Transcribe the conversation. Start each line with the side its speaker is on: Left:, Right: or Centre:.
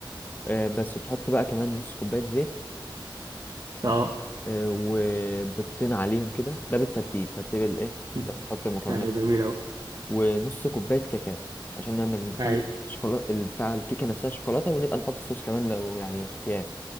Left: آه، بس بتحط بقى كمان نص كوباية زيت
Right: اه
Left: آه، وبتطين عليهم كده ده بالترتيب ترتيب الإيه
Right: مم.
Left: أنت بتحط المكونات
Right: ايوه جميل اوي
Left: ونص كوباية كاكاو عشان نعمل نخلي
Right: هاي
Left: الشوكولاتة بتاع الكيكة نفسها شوكولاتة ونبقى نحط صوص كمان لو يعني اختيار